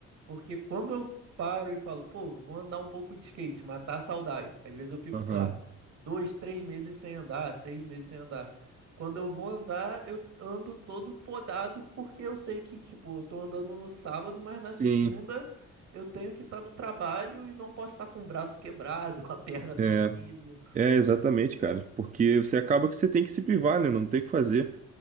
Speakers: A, on the right (about 70°); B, on the right (about 25°).
A: Porque quando eu paro e falo, pô, vou andar um pouco de skate, matar a saudade. Às vezes eu fico,
B: Aham.
A: sei lá, dois, três meses sem andar, seis meses sem andar. Quando eu vou andar, eu ando todo podado, porque eu sei que, tipo, eu tô andando no sábado, mas
B: Sim,
A: na segunda. Eu tenho que estar no trabalho e não posso estar com o braço quebrado, <laughs> com a perna torcida.
B: é, é exatamente, cara. Porque você acaba que você tem que se privar, né? Não tem o que fazer.